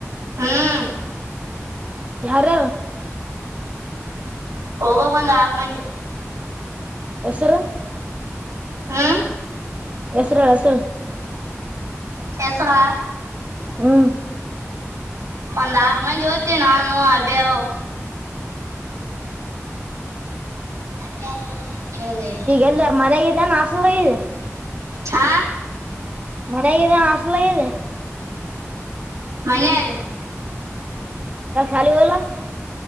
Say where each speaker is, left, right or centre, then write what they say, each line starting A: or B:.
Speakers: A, on the right (about 85°); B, on the right (about 25°).
A: ಹ್ಮ್.
B: ಯಾರ.
A: ಹೋಗೋದ ಒಂದ್ ಆರ್ ಮಂದಿ.
B: ಹೆಸರ.
A: ಹ
B: ಹೆಸರ ಹೇಳ್ ಹೆಸರು.
A: ಹೆಸರಾ.
B: ಹ್ಮ್.
A: ಒಂದ ಆರ್ ಮಂದಿ ಹೋಗ್ತೀವಿ ನಾನು ಅಭ್ಯಾ ಅವು. ಅಭ್ಯಾ ಅದು ಕೆಲ್ಲಾಲಗೇತಿ.
B: ಈಗ ಎಲ್ಲಿ ಮನ್ಯಾಗಿದೇನ ಹಾಸ್ಟೆಲ್ದಾಗ ಇದೆ
A: ಹಾ
B: ಮನ್ಯಾಗ ಅದಿ ಏನ್ ಹಾಸ್ಟೆಲ್ದಾಗ ಅದಿ
A: ಮನ್ಯಾಗ.
B: ಮತ್ತ ಶಾಲಿಗ ಹೋಗಲ್ಲ.